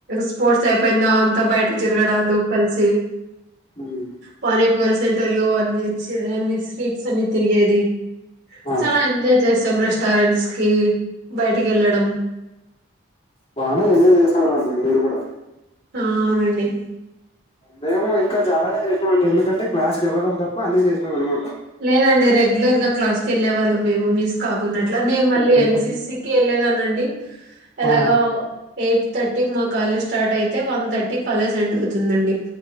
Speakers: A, on the right; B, on the left.
A: స్పోర్ట్స్ అయిపోయిందా అంతా బయట తిరగడాలు కలిసి
B: ఉమ్,
A: పాని వర సెంటర్లు అ అన్ని స్వీట్స్ అన్ని తిరిగేది
B: ఆ
A: చాలా ఎంజాయ్ చేస్ రెస్టారెంట్స్ కి బయటకి వెళ్ళడం
B: బానే ఎంజాయ్ చేసారండీ మీరు కూడా
A: ఆ అవునండి
B: మేము ఇంకా చాలానే చేసినాం అండి ఎందుకంటే క్లాసు కి వెళ్డం తప్ప అన్ని చేసినాం అనమాట
A: లేదండి రెగ్యులర్ గా క్లాస్ కి వెళ్ళే వాళ్ళం మేము మిస్ కాకున్నట్లా నేను మళ్ళీ
B: ఏ
A: ఎన్ సి సి కి వెళ్ళేదానండి ఎలాగా
B: ఆ
A: ఎయిట్ తర్టీకి మా కాలేజ్ స్టార్ట్ అయితే వన్ థర్టీ కాలేజ్ ఎండ్ అవుతుందండి